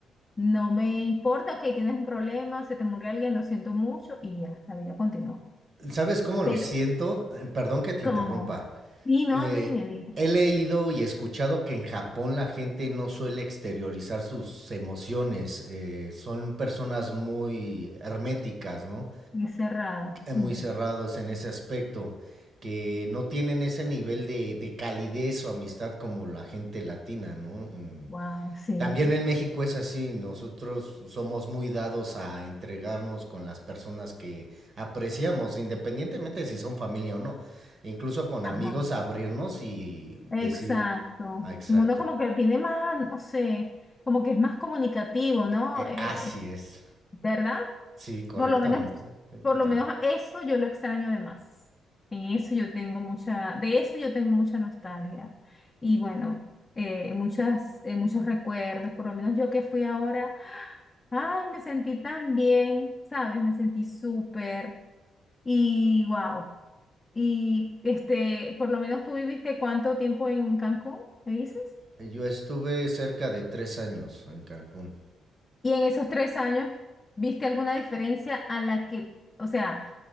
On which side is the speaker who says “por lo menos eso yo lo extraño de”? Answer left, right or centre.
Left